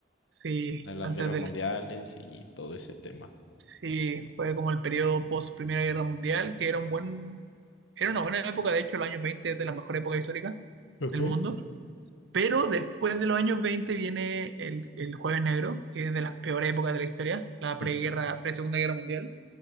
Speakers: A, on the right; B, on the left.
A: sí,
B: de las
A: antes
B: guerras
A: del
B: mundiales y todo ese tema.
A: Sí, fue como el periodo post Primera Guerra Mundial, que era un buen, era una buena época, de hecho, los años 20 es de la mejor época histórica
B: okay
A: del mundo. Pero después de los años 20 viene el, el Jueves Negro, que es de las peores épocas de la historia,
B: <laughs>
A: la preguerra, pre-Segunda Guerra Mundial.